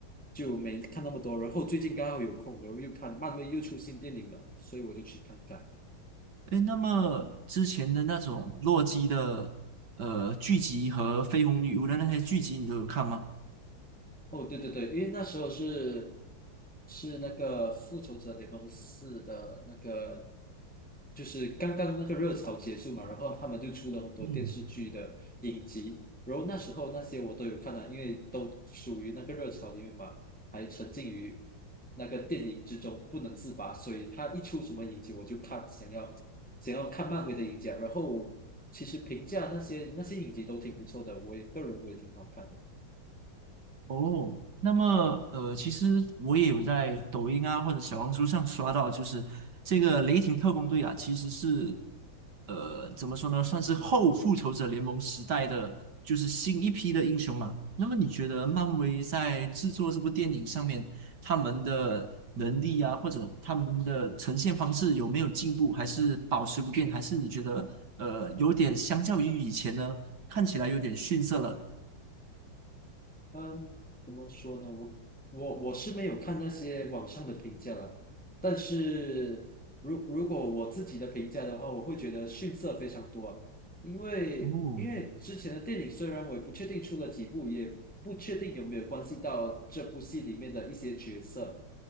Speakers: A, in the centre; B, on the right.
A: 就没看那么多。然后最近刚好有空，然后又看漫威又出新电影了，所以我就去看看。
B: 哎，那么之前的那种洛基的呃剧集和绯红女巫的那些剧集，你都有看吗？
A: 哦，对对对，因为那时候是是那个《复仇者联盟四》的那个就是刚刚那个热潮结束嘛，然后他们就出了很多电视剧的影集，
B: 嗯。
A: 然后那时候那些我都有看了，因为都属于那个热潮里面嘛，还沉浸于那个电影之中不能自拔，所以他一出什么影集我就看，想要想要看漫威的影集啊然后其实评价那些那些影集都挺不错的，我也个人我也挺好看的。
B: 哦，那么呃，其实我也有在抖音啊或者小红书上刷到，就是这个雷霆特工队啊，其实是呃怎么说呢，算是后复仇者联盟时代的就是新一批的英雄嘛。那么你觉得漫威在制作这部电影上面，他们的能力啊，或者他们的呈现方式有没有进步，还是保持不变，还是你觉得呃有点相较于以前呢，看起来有点逊色了？
A: 嗯，怎么说呢？我我我是没有看那些网上的评价了，但是如如果我自己的评价的话，我会觉得逊色非常多啊。因为因为之前的电影虽然我也不确定出了几部，
B: 哦，
A: 也不确定有没有关系到这部戏里面的一些角色，